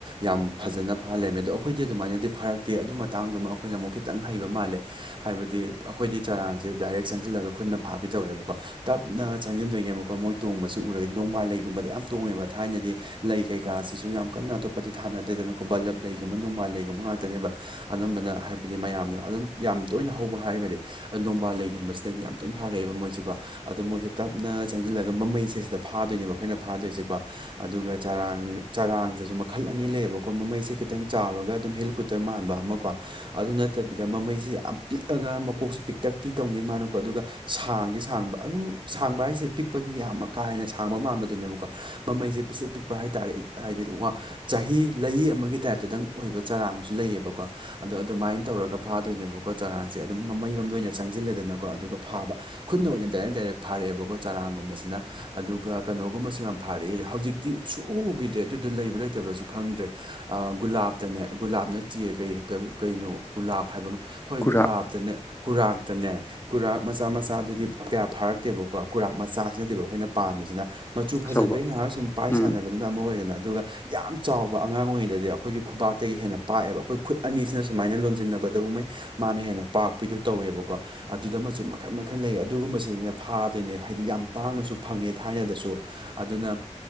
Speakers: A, on the right; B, on the left.
A: ꯌꯥꯝ ꯐꯖꯅ ꯐꯥ ꯂꯩꯔꯝꯃꯦ ꯑꯗꯣ ꯑꯩꯈꯣꯏꯗꯤ ꯑꯗꯨꯃꯥꯏꯅꯗꯤ ꯐꯔꯛꯇꯦ ꯑꯗꯨ ꯃꯇꯥꯡꯗꯨꯃ ꯑꯩꯈꯣꯏꯅ ꯑꯃꯨꯛ ꯈꯤꯇꯪ ꯍꯩꯕ ꯃꯥꯜꯂꯦ ꯍꯥꯏꯕꯗꯤ ꯑꯩꯈꯣꯏꯗꯤ ꯆꯔꯥꯡꯁꯦ ꯗꯥꯏꯔꯦꯛ ꯆꯪꯁꯤꯜꯂꯒ ꯈꯨꯠꯅ ꯐꯥꯕꯤ ꯇꯧꯔꯦꯕꯀꯣ ꯇꯞꯅ ꯆꯪꯁꯤꯟꯗꯣꯏꯅꯦꯕꯀꯣ ꯃꯣꯏ ꯇꯣꯡꯕꯁꯤ ꯎꯔꯗꯤ ꯅꯣꯡꯕꯥꯜ ꯂꯩꯒꯨꯝꯕꯗ ꯌꯥꯝ ꯇꯣꯡꯉꯦꯕ ꯊꯥꯏꯅꯗꯤ ꯂꯩ ꯀꯩꯀꯥꯁꯤꯁꯨ ꯌꯥꯝ ꯀꯟꯅ ꯑꯇꯣꯞꯄꯗꯤ ꯊꯥꯅꯗꯦꯗꯅꯀꯣ ꯕꯂꯞ ꯂꯩꯒꯨꯝꯕ ꯅꯣꯡꯕꯥꯜ ꯂꯩꯒꯨꯝꯕ ꯉꯥꯛꯇꯅꯦꯕ ꯑꯅꯝꯕꯅ ꯍꯥꯏꯕꯗꯤ ꯃꯌꯥꯝꯅ ꯑꯗꯨꯝ ꯌꯥꯝ ꯇꯣꯏꯅ ꯍꯧꯕ ꯍꯥꯏꯔꯒꯗꯤ ꯑ ꯅꯣꯡꯕꯥꯜ ꯂꯩꯒꯨꯝꯕꯁꯤꯗꯒꯤ ꯌꯥꯝ ꯇꯣꯏꯅ ꯐꯔꯛꯑꯦꯕ ꯃꯣꯏꯁꯤꯀꯣ ꯑꯗꯣ ꯃꯣꯏꯁꯦ ꯇꯞꯅ ꯆꯪꯁꯤꯜꯂꯒ ꯃꯃꯩꯁꯦ ꯁꯤꯗ ꯐꯥꯗꯣꯏꯅꯦꯕ ꯑꯩꯈꯣꯏꯅ ꯐꯥꯗꯣꯏꯁꯦꯀꯣ ꯑꯗꯨꯒ ꯆꯔꯥꯡ ꯆꯔꯥꯡꯁꯤꯁꯨ ꯃꯈꯜ ꯑꯅꯤ ꯂꯩꯌꯦꯕꯀꯣ ꯃꯃꯩꯁꯦ ꯈꯤꯇꯪ ꯆꯥꯎꯔꯒ ꯑꯗꯨꯝ ꯍꯦꯂꯤꯀꯨꯇꯔ ꯃꯥꯟꯕ ꯑꯃꯀꯣ ꯑꯗꯨ ꯅꯠꯇꯕꯤ ꯗ ꯃꯃꯩꯁꯤ ꯌꯥꯝ ꯄꯤꯛꯑꯒ ꯃꯀꯣꯛꯁꯨ ꯄꯤꯛꯇꯛꯇꯤ ꯇꯧꯅꯤ ꯃꯥꯅꯀꯣ ꯑꯗꯨꯒ ꯁꯥꯡꯗꯤ ꯁꯥꯡꯕ ꯑꯗꯨꯝ ꯁꯥꯡꯕ ꯍꯥꯏꯁꯦ ꯄꯤꯛꯄꯒꯤ ꯌꯥꯝ ꯀꯥ ꯍꯦꯟꯅ ꯁꯥꯡꯕ ꯃꯟꯕꯗꯨꯅꯦꯕꯀꯣ ꯃꯃꯩꯁꯦ ꯄꯤꯁꯠ ꯄꯤꯛꯄ ꯍꯥꯏꯇꯥꯥꯔꯦ ꯍꯥꯏꯗꯤ ꯋꯥ ꯆꯍꯤ ꯂꯩꯌꯤ ꯑꯃꯒꯤ ꯇꯥꯏꯞꯇꯗꯪ ꯑꯣꯏꯕ ꯆꯔꯥꯡꯁꯨ ꯂꯩꯌꯦꯕꯀꯣ ꯑꯗꯣ ꯑꯗꯨꯃꯥꯏꯅ ꯇꯧꯔꯒ ꯐꯥꯗꯣꯏꯅꯦꯕꯀꯣ ꯆꯔꯥꯡꯁꯦ ꯑꯗꯨꯝ ꯃꯃꯩꯔꯣꯝꯗ ꯑꯣꯏꯅ ꯆꯪꯁꯤꯜꯂꯦꯗꯅꯀꯣ ꯑꯗꯨꯒ ꯐꯥꯕ ꯈꯨꯠꯅ ꯑꯣꯏꯅ ꯗꯥꯏꯔꯦꯛ ꯗꯥꯏꯔꯦꯛ ꯐꯥꯔꯛꯑꯦꯕꯀꯣ ꯆꯔꯥꯡꯒꯨꯝꯕꯁꯤꯅ ꯑꯗꯨꯒ ꯀꯩꯅꯣꯒꯨꯝꯕꯁꯨ ꯌꯥꯝ ꯐꯔꯛꯑꯦ ꯍꯧꯖꯤꯛ ꯗꯤ ꯁꯨꯛꯎ ꯎꯈꯤꯗ꯭ꯔꯦ ꯑꯗꯨꯗꯣ ꯂꯩꯕ꯭ꯔꯥ ꯂꯩꯇꯕ꯭ꯔꯁꯨ ꯈꯪꯗ꯭ꯔꯦ ꯑ ꯒꯨꯂꯥꯞꯇꯅꯦ ꯒꯨꯂꯥꯞ ꯅꯠꯇꯦꯌꯦ ꯀꯩ ꯀꯩꯅꯣ ꯒꯨꯂꯥꯞ ꯍꯥꯏꯕ ꯑꯃ ꯍꯣꯏ
B: ꯈꯨꯔꯥꯛ
A: ꯒꯨꯂꯥꯞꯇꯅꯦ ꯀꯨꯔꯥꯛꯇꯅꯦ ꯀꯨꯔꯥꯛ ꯃꯆꯥ ꯃꯆꯥꯗꯨꯗꯤ ꯀꯌꯥ ꯐꯥꯔꯛꯇꯦꯕꯀꯣ ꯀꯨꯔꯥꯛ ꯃꯆꯥꯁꯤ ꯅꯠꯇꯦꯕ ꯑꯩꯈꯣꯏꯅ ꯄꯥꯝꯃꯤꯁꯤꯅ ꯃꯆꯨ ꯐꯖꯕꯩ
B: ꯑꯆꯧꯕ
A: ꯉꯥꯏꯍꯥꯛ ꯁꯨꯝ ꯄꯥꯏ
B: ꯎꯝ
A: ꯁꯥꯟꯅꯕꯗꯨꯅ ꯑꯃ ꯑꯣꯏꯔꯦꯅ ꯑꯗꯨꯒ ꯌꯥꯝ ꯆꯥꯎꯕ ꯑꯉꯥꯡ ꯑꯣꯏꯔꯤꯉꯩꯗꯗꯤ ꯑꯩꯈꯣꯏꯒꯤ ꯈꯨꯕꯥꯛꯇꯒꯤ ꯍꯦꯟꯅ ꯄꯥꯛꯑꯦꯕ ꯑꯩꯈꯣꯏ ꯈꯨꯠ ꯑꯅꯤꯁꯤꯅ ꯁꯨꯃꯥꯏꯅ ꯂꯣꯟꯁꯤꯟꯅꯕꯗ ꯑꯗꯨꯒꯉꯩ ꯃꯥꯅ ꯍꯦꯟꯅ ꯄꯥꯛꯄꯤꯗꯨ ꯇꯧꯋꯦꯕꯀꯣ ꯑꯗꯨꯗꯃꯨ ꯃꯈꯜ ꯃꯈꯜ ꯂꯩ ꯑꯗꯨꯒꯨꯝꯕꯁꯤꯗꯅ ꯐꯥꯗꯣꯏꯅꯦ ꯍꯥꯏꯗꯤ ꯌꯥꯝ ꯇꯥꯡꯅꯁꯨ ꯐꯪꯉꯦ ꯊꯥꯏꯅꯗꯁꯨ ꯑꯗꯨꯅ